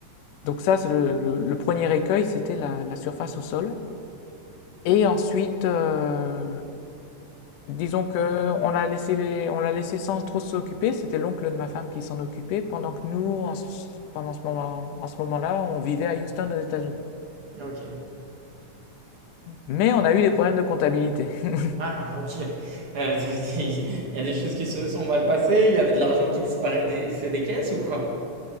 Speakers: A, on the left (about 85°); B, on the right (about 45°).
A: Donc ça, c'est le, le- le premier écueil, c'était la, la surface au sol. Et ensuite, euh, disons qu'on l'a laissé, on l'a laissé sans trop s'occuper. C'était l'oncle de ma femme qui s'en occupait, pendant que nous, en, pendant ce moment, en ce moment-là, on vivait à Houston, aux États-Unis.
B: Ok.
A: Mais on a eu des problèmes de comptabilité. <laughs>
B: Ah, ok. Euh, <laughs> il y a des choses qui se sont mal passées, il y avait de l'argent qui disparaissait des, c'est des caisses ou quoi?